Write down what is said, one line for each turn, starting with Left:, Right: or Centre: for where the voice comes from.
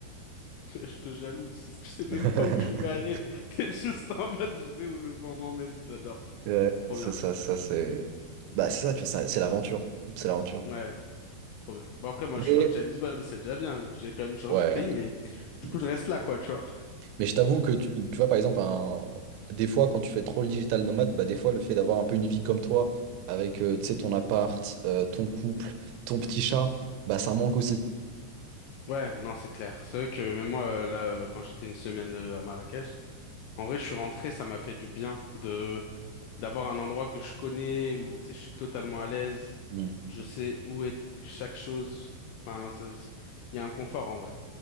Left: <laughs> Je te jalouse. <laughs> Tu sais même
Right: <laughs>
Left: pas où tu vas aller. <laughs> T'es juste en mode, je vais où le vent m'emmène. J'adore.
Right: Ouais,
Left: C'est trop
Right: c'est
Left: bien.
Right: ça, ça, c'est. Bah, c'est ça, tu vois, ça- c'est l'aventure. C'est l'aventure.
Left: Ouais. Trop bien. Bon, après, moi,
Right: Mais,
Left: je suis parti à Lisbonne, c'est déjà bien. J'ai quand même changé
Right: ouais.
Left: de pays, mais du
Right: Mm.
Left: coup, je reste là, quoi, tu vois.
Right: Mais je t'avoue que, tu, tu vois, par exemple, un- des fois, quand tu fais trop le digital nomade, bah, des fois, le fait d'avoir un peu une vie comme toi, avec, euh, tu sais, ton appart, euh, ton couple, ton petit chat, bah, ça manque aussi.
Left: Ouais, non, c'est clair. C'est vrai que même moi, euh, là, euh, quand j'étais une semaine euh, à Marrakech, en vrai, je suis rentré, ça m'a fait du bien de d'avoir un endroit que je connais, où, tu sais, je suis totalement à l'aise.
Right: Mm.
Left: Je sais où est chaque chose. Enfin, c'est- c'est- il y a un confort, en vrai.